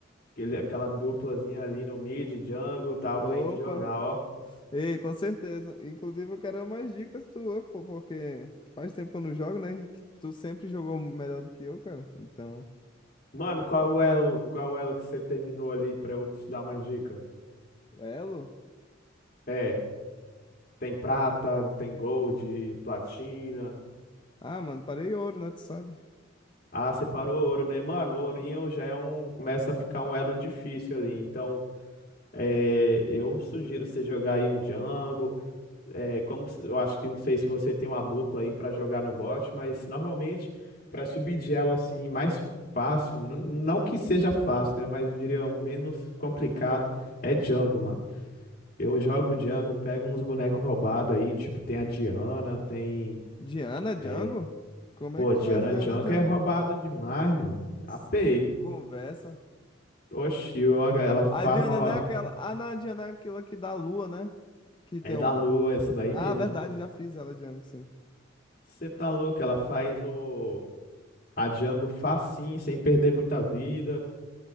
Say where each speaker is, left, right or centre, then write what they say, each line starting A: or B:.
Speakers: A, on the left (about 50°); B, on the left (about 25°).
A: Aquele, aquela duplazinha ali no mid, jungle e tal,
B: Opa!
A: pra gente jogar, ó.
B: Ei, com certeza. Inclusive, eu quero mais dicas tuas, pô, porque faz tempo que eu não jogo, né? E que tu sempre jogou melhor do que eu, cara. Então,
A: Mano, qual é o elo, qual é o elo que você terminou ali pra eu te dar mais dica?
B: elo?
A: É, tem prata, tem gold, platina.
B: Ah, mano, parei ouro, né? Tu sabe?
A: Ah, separou ouro, né? Mano, o ourinho já é um, começa a ficar um elo difícil ali. Então, é, eu sugiro você jogar aí um jungle. É, como se- eu acho que não sei se você tem uma dupla aí para jogar no bot, mas normalmente para subir de elo assim mais fácil, n- não que seja fácil, né, mas eu diria o menos complicado é Django, mano. Eu jogo Django, pego uns bonecos roubados aí, tipo tem a Diana, tem
B: Diana Django?
A: é,
B: Como
A: pô,
B: é que tu
A: Diana
B: faz Diana
A: Django
B: Django?
A: é roubado demais, mano. AP.
B: S- Conversa.
A: Oxi, eu- ela farma
B: A Diana não é aquela. Ah, não, a Diana é aquela que dá lua, né? Que
A: é
B: tem
A: da
B: um.
A: lua essa daí
B: Ah,
A: mesmo.
B: verdade, já fiz ela Django, sim.
A: Você tá louco, ela faz o A Django facinho, sem perder muita vida,